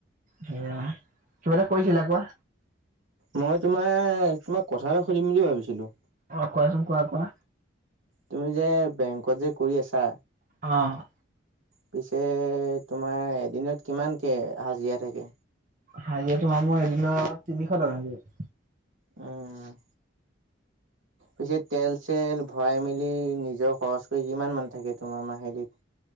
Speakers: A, on the right; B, on the right.
A: সেয়া, কিবা এটা কৈছিলা, কোৱা।
B: মই তোমাৰ, তোমাক কথা এটা সুধিম বুলি ভাবিছিলোঁ।
A: অ' কোৱাচোন, কোৱা কোৱা।
B: তুমি যে বেংকত যে কৰি আছা
A: অ'।
B: পিছে তোমাৰ এদিনত কিমানকে হাজিৰা থাকে?
A: হাজিযৰা তোমাক মই এদিনত তিনিশ টকা <unintelligible>
B: উম। পিছে তেল চেল ভৰাই মেলি, নিজৰ খৰচ কৰি কিমান মান থাকে তোমাৰ মাহিলীত?